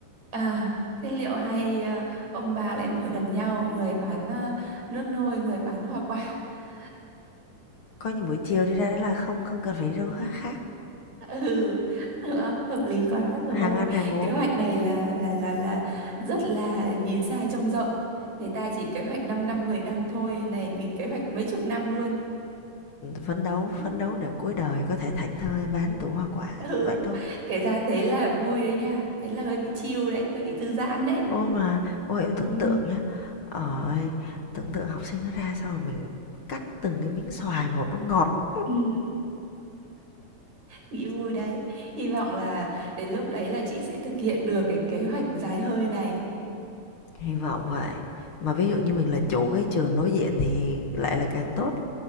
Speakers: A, on the right; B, on the left.
A: À, thế liệu hay ờ, ông bà lại mở gần nhau, người bán ờ, nước nôi, người bán hoa quả. <laughs>
B: Coi như buổi chiều đi ra đấy là không không cần phải đi đâu khác khác.
A: Ừ, được không? hợp lý quá rồi
B: Hàng
A: ôi.
B: ăn hàng uống
A: Kế hoạch này là là là là rất là nhìn xa trông rộng. Người ta chỉ kế hoạch 5 năm, 10 năm thôi, này mình kế hoạch mấy chục năm luôn.
B: phấn đấu
A: <laughs>
B: phấn đấu để cuối đời có thể thảnh thơi bán tủ hoa quả
A: Ừ,
B: vậy thôi
A: kể ra thế là vui đấy nha, thế là hơi bị chill đấy, hơi bị thư giãn đấy.
B: ôi mà ôi em tưởng
A: ừ
B: tượng nhá ơi tưởng tượng học sinh nó ra sao mà mình cắt từng cái miếng xoài một nó ngọt
A: Ừ. Nghĩ vui đấy. Hy vọng là đến lúc đấy là chị sẽ thực hiện được cái kế hoạch dài hơi này.
B: hy vọng vậy mà ví dụ như mình là chủ cái trường đối diện thì lại là càng tốt